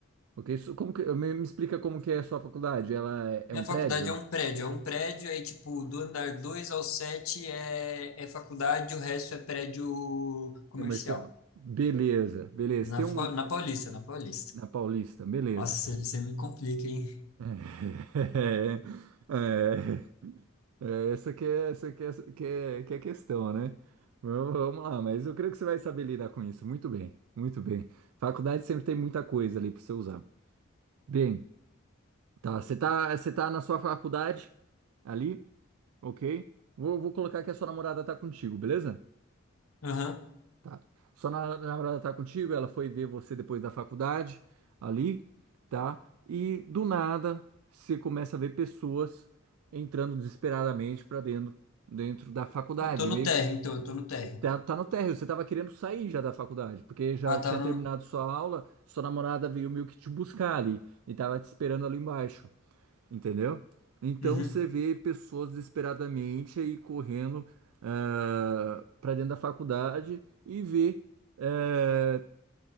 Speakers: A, on the right; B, on the left.
A: ok? Isso, como que, me, me explica como que é a sua faculdade? Ela é, é
B: Minha
A: um
B: faculdade
A: prédio
B: é um prédio, é um prédio, aí, tipo, do andar 2 ao 7 é, é faculdade, o resto é prédio comercial.
A: comercial? Beleza, beleza.
B: Na,
A: Tem
B: Fa-
A: um
B: na Paulista, na Paulista.
A: na Paulista, beleza.
B: Nossa, você, você me complica, hein?
A: <laughs> É, é, É, essa que é, essa que é, que é, que é a questão, né? Vamos vamos lá, mas eu creio que você vai saber lidar com isso. Muito bem, muito bem. Faculdade sempre tem muita coisa ali para você usar. Bem, tá, você tá, você tá na sua faculdade ali, ok? Vou, vou colocar que a sua namorada tá contigo, beleza?
B: Aham.
A: Tá. Sua na- namorada tá contigo, ela foi ver você depois da faculdade ali, tá? E do nada você começa a ver pessoas entrando desesperadamente para dentro dentro da faculdade,
B: Eu tô no
A: meio
B: térreo, então, eu tô no térreo.
A: Tá, tá no térreo, você tava querendo sair já da faculdade, porque já
B: Ah,
A: tinha
B: tava
A: terminado
B: no.
A: sua aula, sua namorada veio meio que te buscar ali e tava te esperando ali embaixo, entendeu? Então
B: Uhum.
A: você vê pessoas desesperadamente aí correndo ah, pra dentro da faculdade e vê eh,